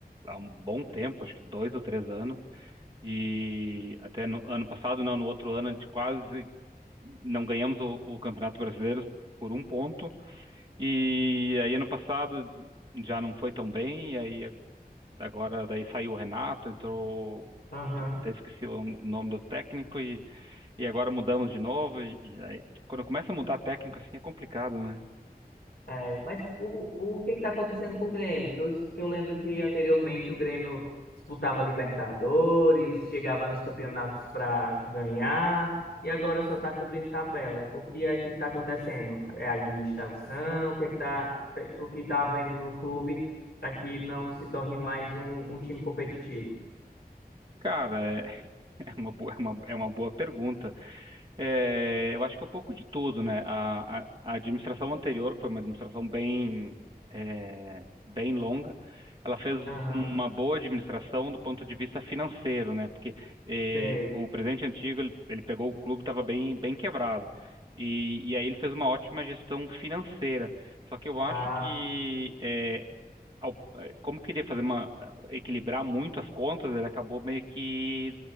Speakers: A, on the right; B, on the left.
A: há um bom tempo, acho que dois ou três anos. E até no ano passado, não, no outro ano, a gente quase não ganhamos o, o Campeonato Brasileiro por um ponto. E aí ano passado já não foi tão bem, e aí agora daí saiu o Renato, entrou,
B: Aham.
A: até esqueci o nome do técnico, e, e agora mudamos de novo, e, e aí quando começa a mudar técnico assim é complicado, né?
B: É, mas o, o que está acontecendo com o Grêmio? Que eu, que eu lembro que anteriormente o Grêmio disputava Libertadores, chegava nos campeonatos para ganhar, e agora só está cobrindo tabela. O que é que está acontecendo? É a administração? O que é que tá, o que está havendo no clube para que não se torne mais um, um time competitivo?
A: Cara, é, <laughs> é uma boa, é uma, é uma boa pergunta. É, eu acho que é um pouco de tudo, né? A, a, a administração anterior, que foi uma administração bem, é, bem longa, ela fez
B: Aham,
A: uma boa administração do ponto de vista financeiro, né? Porque é,
B: sei.
A: o presidente antigo, ele, ele pegou o clube, estava bem, bem quebrado. E, e aí ele fez uma ótima gestão financeira. Só que eu acho
B: Ah.
A: que é, ao- eh, como queria fazer uma é, equilibrar muito as contas, ele acabou meio que